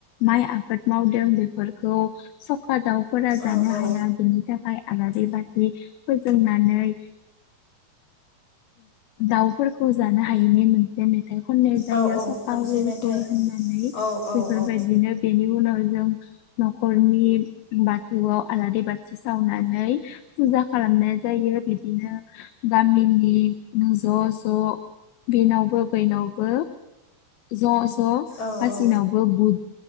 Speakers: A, on the left; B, on the left.
A: माइ आ आबाद मावदों बेफोरखौ सखा दाउफोरा जानो
B: औ औ
A: हाया बेनि थाखाय हाय आलारि बाथि फोजोंनानै दाउफोरखौ जानो हायैनि मोनसे मेथाइ होननाय जायो
B: औ औ
A: सखा
B: मोनसे
A: हुर
B: मेथाइ
A: हुर होननानै
B: औ औ
A: बेफोरबायदिनो
B: औ
A: बेनि उनाव जों न'खरनि बाथौआव आलारि बाथि सावनानै फुजा खालामनाय जायो बिदिनो गामिनि ज' ज' बेनावबो बैनावबो ज' ज'
B: औ
A: हासिनावबो
B: औ
A: बुद